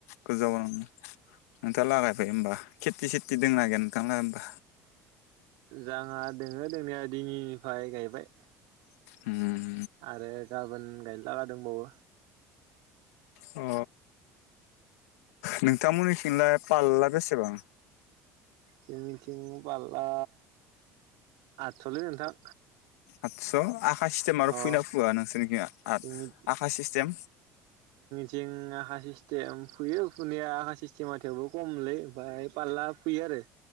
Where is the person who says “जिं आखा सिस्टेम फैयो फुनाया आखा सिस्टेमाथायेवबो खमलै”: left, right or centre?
Right